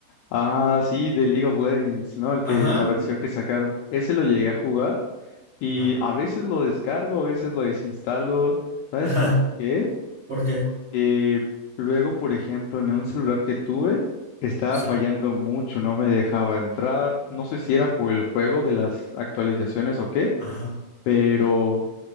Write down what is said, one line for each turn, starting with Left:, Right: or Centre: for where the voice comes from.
Left: Ah, sí, de League of Legends, ¿no? El que,
Right: Ajá.
Left: la versión que sacaron. Ese lo llegué a jugar y
Right: Ajá.
Left: a veces lo descargo, a veces lo desinstalo.
Right: <laughs>
Left: ¿Sabes
Right: Ajá.
Left: por qué?
Right: ¿Por qué?
Left: Que luego, por ejemplo, en un celular que tuve, estaba
Right: Sí.
Left: fallando mucho, no me dejaba entrar. No sé si era por el juego de las actualizaciones o qué,
Right: Ajá.
Left: pero